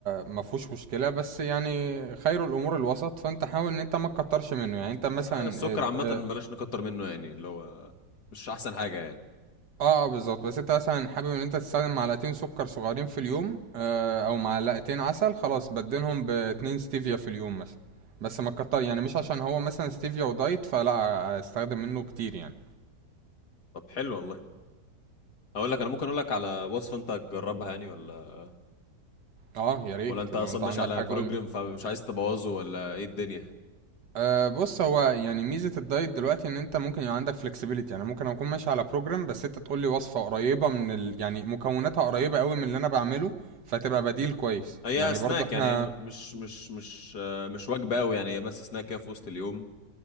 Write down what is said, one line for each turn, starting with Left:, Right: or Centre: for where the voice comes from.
Right: ما فيهوش مشكلة بس يعني خير الامور الوسط فانت حاول ان انت ما تكترش منه يعني انت مثلا
Left: آه السكر عامه
Right: اه
Left: بلاش نكتر منه يعني اللي هو مش احسن حاجه يعني
Right: اه آه، بالظبط بس انت مثلا حابب ان انت تستخدم معلقتين سكر صغيرين في اليوم أه او معلقتين عسل خلاص بدلهم باتنين ستيفيا في اليوم مثلا بس ما تكتر يعني مش عشان هو مثلا ستيفيا ودايت فلا استخدم منه كتير يعني
Left: طب حلو والله اقول لك انا ممكن اقول لك على وصفه انت تجربها يعني ولا
Right: اه يا ريت
Left: ولا انت اصلا
Right: لو انت
Left: ماشي
Right: عندك
Left: على
Right: حاجة
Left: بروجرام
Right: قولي
Left: فمش عايز تبوظه ولا ايه الدنيا
Right: أه بص هو يعني ميزة الدايت دلوقتي ان انت ممكن يبقى عندك flexibility يعني ممكن اكون ماشي على بروجرام بس انت تقول لي وصفة قريبة من ال... يعني مكوناتها قريبة قوي من اللي انا بعمله فتبقى بديل كويس
Left: هي
Right: يعني
Left: سناك
Right: برضو احنا
Left: يعني هي م- مش مش مش آه، مش وجبة قوي يعني هي بس سناك كده في وسط اليوم